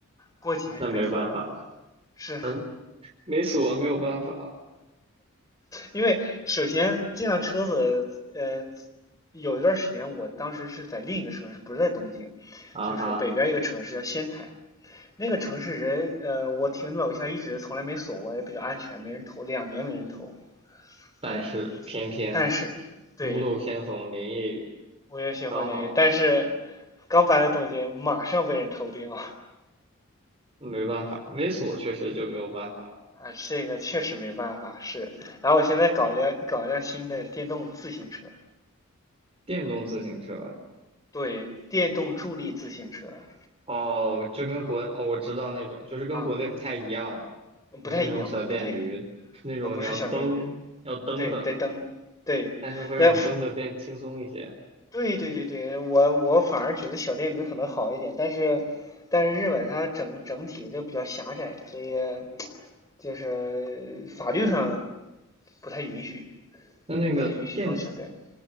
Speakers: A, on the left (about 15°); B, on the right (about 30°).
A: 过几天就被偷了。
B: 那没办法了，
A: 是，
B: 嗯，没锁没有办法
A: 因为首先这辆车子，呃，有一段时间，我当时是在另一个城市，不是在东京，
B: 啊哈。
A: 就是北边一个城市叫仙台。那个城市人，呃，我停楼下一直从来没锁过，也比较安全，没人偷，两年没人偷。
B: 但是偏偏
A: 对，但是对
B: 屋漏偏逢连夜雨，
A: 我也学会了一个，
B: 刚好
A: 但是刚搬来东京，马上被人偷掉。
B: 没办法，没锁确实就没有办法。
A: 啊，这个确实没办法，是。然后我现在搞辆搞一辆新的电动自行车，
B: 电动自行车
A: 对，电动助力自行车，啊、
B: 哦，就跟国哦，
A: 嗯、
B: 我知道那种，就是跟国内不太一样，
A: 啊、嗯嗯不太一样，
B: 不是那种小电驴，
A: 不太一样。
B: 是那种你要蹬要蹬的，
A: 我不是小电甜，对，带灯，对，
B: 但是会让你蹬的变轻松一些。
A: 那服对对对对，我我反而觉得小电驴可能好一点，但是但是日本它整整体就比较狭窄，所以就是法律上不太允许，
B: 那那个电
A: 不太允许装小电驴